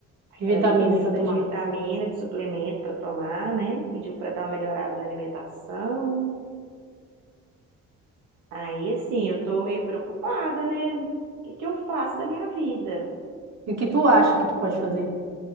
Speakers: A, on the right; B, on the right.
A: Aquela
B: de vitaminas
A: lista
B: para tomar.
A: de vitamina, de suplemento pra tomar, né? Pediu pra dar uma melhorada na alimentação. Aí, assim, eu tô meio preocupada, né? O que que eu faço da minha vida?
B: E o que tu acha que tu pode fazer?